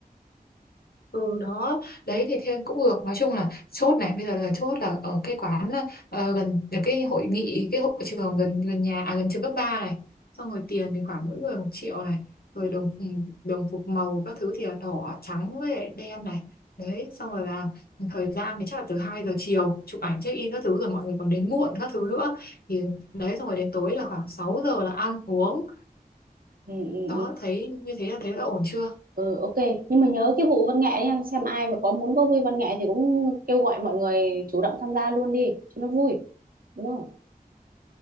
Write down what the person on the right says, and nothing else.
ừ,
ừ, ừ,
ừ.
Ừ, ok nhưng mà nhớ cái vụ văn nghệ nha xem ai mà có muốn có vui văn nghệ thì cũng kêu gọi mọi người chủ động tham gia luôn đi cho nó vui đúng không